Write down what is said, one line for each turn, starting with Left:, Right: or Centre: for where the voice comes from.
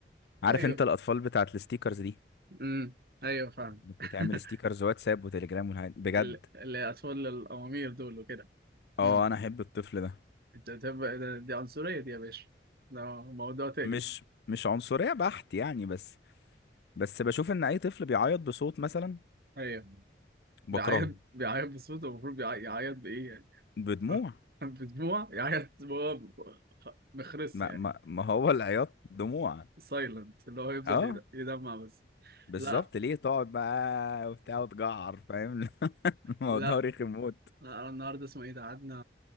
Left: عارف
Right: ايوه
Left: انت الاطفال بتاعت الستيكرز دي
Right: امم ايوه فاهم
Left: بتعمل
Right: <laughs>
Left: ستيكرز واتساب وتليجرام والحاجات بجد
Right: ال- الاطفال الامامير دول وكده
Left: اه
Right: امم
Left: انا احب الطفل ده
Right: انت تبقى ده- دي عنصريه دي يا باشا ده موضوع تاني
Left: مش مش عنصرية بحت يعني بس بس بشوف ان اي طفل بيعيط بصوت مثلا
Right: ايوه
Left: بكرهه
Right: بيعيط بيعيط بصوته المفروض بيعي- يعيط بايه يعني
Left: بدموع
Right: ف- بدموع يعيط هو مخرس
Left: ما
Right: يعني
Left: ما, ما هو العياط دموع
Right: سايلنت اللي هو يفضل
Left: اه
Right: يد- يدمع بس
Left: بالظبط
Right: لا
Left: ليه تقعد بقى وبتاع وتجعر فاهم <laughs> الموضوع
Right: لا
Left: رخم موت
Right: لا أنا النهارده اسمه ايه ده قعدنا